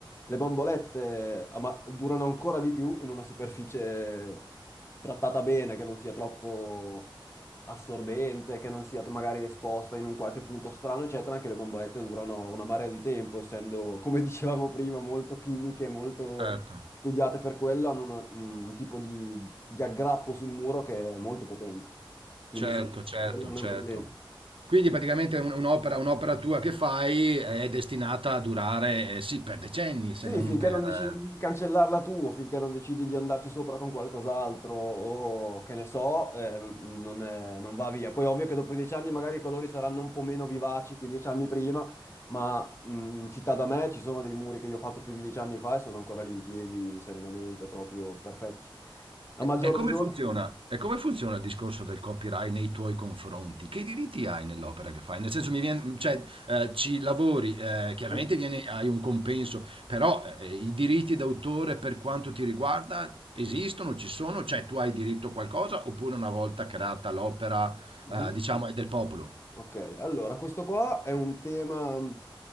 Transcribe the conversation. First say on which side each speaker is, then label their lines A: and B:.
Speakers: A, on the left (about 30°); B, on the right (about 75°).
A: Le bombolette, ah, ma durano ancora di più in una superficie trattata bene, che non sia troppo assorbente, che non sia magari esposta in un qualche punto strano, eccetera, anche le bombolette durano una marea di tempo, essendo, <laughs> come dicevamo prima, molto chimiche, molto
B: certo.
A: studiate per quello, hanno una- mm, un tipo di, di aggrappo sul muro che è molto potente. Quindi
B: Certo,
A: sì,
B: certo,
A: quello non
B: certo.
A: è un problema.
B: Quindi praticamente un- un'opera, un'opera tua che fai è destinata a durare, eh, sì, per decenni, se
A: Sì,
B: non
A: finché
B: per...
A: non decidi
B: eh.
A: di cancellarla tu, o finché non decidi di andarci sopra con qualcos'altro, o che ne so, eh, non, non è- non va via. Poi è ovvio che dopo dieci anni magari i colori saranno un po' meno vivaci che dieci anni prima, ma mh, in città da me ci sono dei muri che io ho fatto più di dieci anni fa e sono ancora lì in piedi serenamente, proprio perfetti. A
B: E
A: maggior
B: e come
A: ragione,
B: funziona? E come funziona il discorso del copyright nei tuoi confronti? Che diritti hai nell'opera che fai? Nel senso, mi viene, cioè, eh, ci lavori, eh, chiaramente
A: sì.
B: viene- hai un compenso, però eh, i diritti d'autore per quanto ti riguarda esistono, ci sono? Cioè, tu hai diritto a qualcosa oppure una volta creata l'opera,
A: mhm.
B: eh, diciamo, è del popolo?
A: Ok, allora questo qua è un tema, mh,